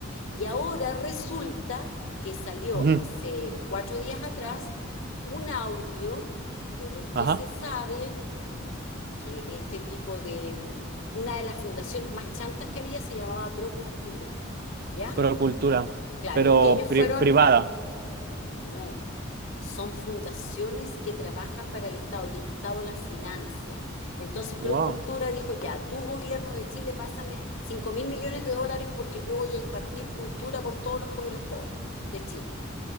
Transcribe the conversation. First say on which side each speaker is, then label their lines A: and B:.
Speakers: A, on the left (about 80°); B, on the right (about 45°).
A: Y ahora resulta que salió
B: Ujú.
A: hace cuatro días atrás un audio en el que
B: Ajá,
A: se sabe que este tipo de, mm, una de las fundaciones más chantas que había se llamaba Procultura, ¿ya?
B: pero cultura,
A: Claro,
B: pero
A: y ellos fueron
B: pri- privada.
A: no, son fundaciones que trabajan para el Estado y el Estado las financia. Entonces, Procultura
B: Wow.
A: dijo, ya, tu gobierno de Chile, pásame cinco mil millones de dólares porque yo voy a impartir cultura por todos los pueblos pobres de Chile.